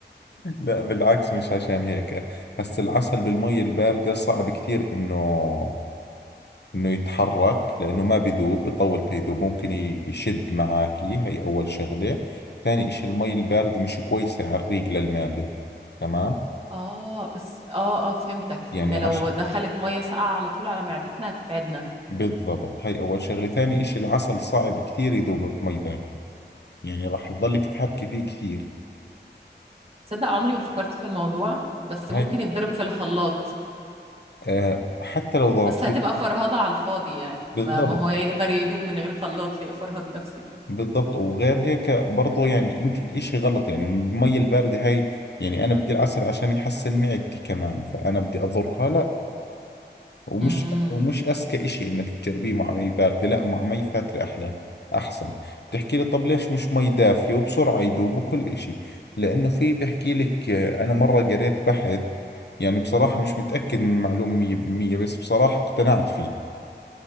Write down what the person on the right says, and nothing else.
اه بس اه اه فهمتك
ان
لو دخلت ميه ساقعه على طول على معدتنا هتتعبنا
تصدق عمري ما فكرت في الموضوع بس
ممكن يتضرب في الخلاط
بس هتبقى فرهضة على الفاضي يعني
ما, ما هو يقدر يدوب من غير خلاط ليه افرهد نفسي
امم